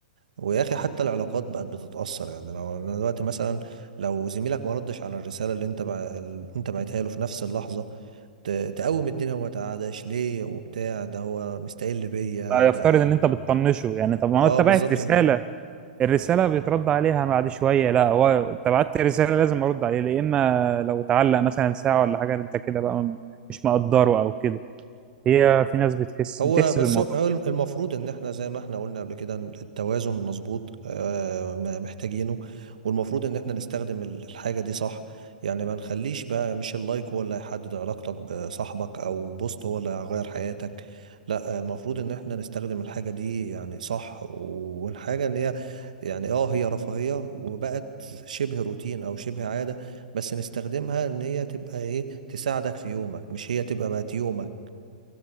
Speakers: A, on the right (about 60°); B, on the right (about 20°).
A: ويا أخي حتى العلاقات بقت بتتأثر يعني لو أنا دلوقتي مثلا لو زميلك ما ردش على الرسالة اللي أنت بع... اللي أنت بعتها له في نفس اللحظة ت... تقوم الدنيا وما تقعدش ليه وبتاع ده هو مستقل بيا
B: لا،
A: ده
B: يفترض ان انت بتطنشه يعني طب ما
A: اه
B: هو انت
A: بالظبط
B: بعت رساله
A: كده.
B: الرساله بيترد عليها بعد شويه لا هو انت بعت رساله لازم ارد عليه يا اما لو تعلق مثلا ساعه ولا حاجه انت كده بقى مش مقدره او كده هي في ناس بتحس
A: هو
B: بتحسب
A: بس
B: الموضوع
A: هو هو المفروض ان احنا زي ما احنا قلنا قبل كده إن التوازن مظبوط آه، ما محتاجينه والمفروض ان احنا نستخدم ال- الحاجة دي صح يعني ما نخليش بقى مش اللايك هو اللي هيحدد علاقتك بصاحبك او بوست هو اللي هيغير حياتك لا آه، المفروض ان احنا نستخدم الحاجة دي يعني صح و- والحاجة ان هي يعني اه هي رفاهية وبقت شبه روتين او شبه عادة بس نستخدمها ان هي تبقى ايه تساعدك في يومك مش هي تبقى بقت يومك